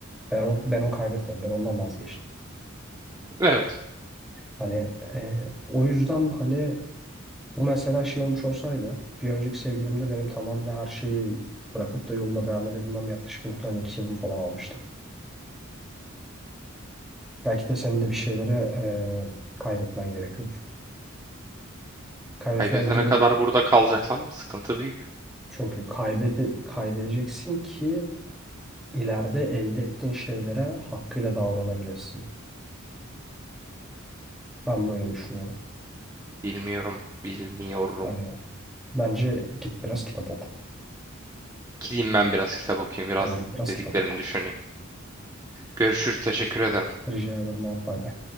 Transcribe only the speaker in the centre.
Ben, o- ben onu kaybetmedim. Ben ondan vazgeçtim.
Hani e, o yüzden hani bu mesela şey olmuş olsaydı bir önceki sevgilimde benim tamamıyla her şeyi bırakıp da yoluma devam edebilmem yaklaşık muhtemelen iki yılım falan almıştı. Belki de senin de bir şeylere eee, kaybetmen gerekiyordur. Kaybetmen
geri
çünkü kaybede kaybedeceksin ki ileride elde ettiğin şeylere hakkıyla davranabilirsin. Ben böyle düşünüyorum.
Hani bence git biraz kitap oku.
Ben git biraz
kitap oku.
Rica ederim abi bay bay.